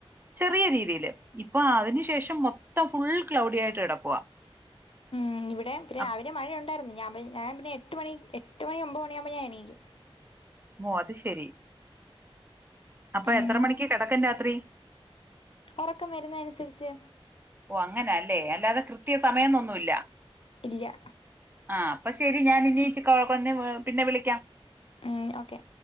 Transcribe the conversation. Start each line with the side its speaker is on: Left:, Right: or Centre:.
Right: ചെറിയ രീതിയിൽ ഇപ്പോ അതിനുശേഷം മൊത്തം ഫുള്ള് ക്ലൗഡിയായിട്ട് കിടക്കുവാ
Left: ഉം ഇവിടെയും രാവിലെ
Right: അപ്
Left: മഴ ഉണ്ടായിരുന്നു ഞാൻ ഞാൻ പിന്നെ എട്ട് മണി എട്ട് മണി ഒമ്പത് മണിയാകുമ്പോ ഞാൻ എണീക്കും
Right: ഓ അത് ശരി അപ്പൊ
Left: ഉം
Right: എത്ര മണിക്ക് കിടക്കും രാത്രി
Left: ഉറക്കം വരുന്ന അനുസരിച്ച്
Right: ഓ അങ്ങനെ അല്ലേ അല്ലാതെ കൃത്യ സമയോന്നൊന്നു ഇല്ല.
Left: ഇല്ല
Right: ആ അപ്പൊ ശരി ഞാൻ ഇനി ഇച്ചി കഴി പിന്നെ വിളിക്കാം
Left: ഉം ഓക്കെ